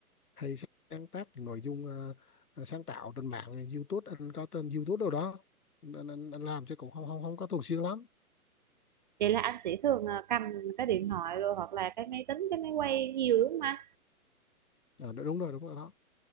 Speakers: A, on the left; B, on the right.
A: hay sáng tác những nội dung ờ, ờ, sáng tạo trên mạng YouTube anh có tên YouTube đâu đó anh, anh, anh anh làm chứ cũng không không không có thường xuyên lắm
B: Vậy là anh sẽ thường ờ, cầm cái điện thoại rồi hoặc là cái máy tính, cái máy quay nhiều đúng không anh?
A: à, đúng rồi đúng rồi đó